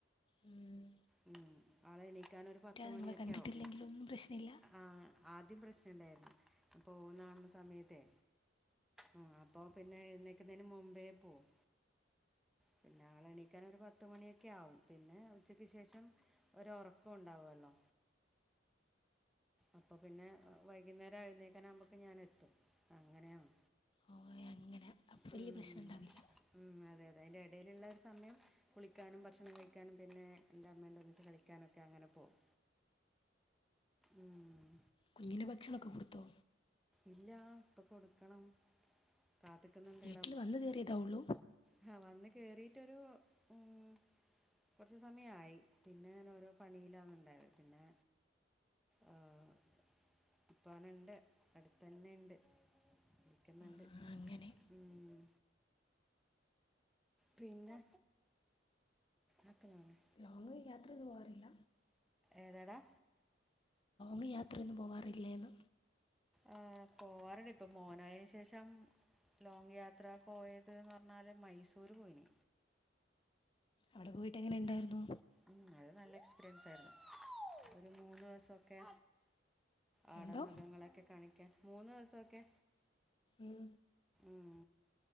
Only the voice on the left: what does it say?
ഉം <inaudible>
നിങ്ങളെ കണ്ടിട്ടില്ലെങ്കിലൊന്നും
പ്രശ്നമില്ല
ഓ അങ്ങനെ. അപ്പൊ വല്യ
പ്രശ്നം ഇണ്ടാവില്ല.
കുഞ്ഞിന് ഭക്ഷണം കൊടുത്തോ?
വീട്ടില് വന്ന് കേറീതാ ഉള്ളു?
ആ, അങ്ങനെ
ലോങ് യാത്രയൊന്നും പോവാറില്ല?
നീ യാത്രയൊന്നും പോവാറില്ലേന്ന്?
ആടെ പോയിട്ട് എങ്ങനെ ഇണ്ടായിരുന്നു?
എന്തോ
ഉം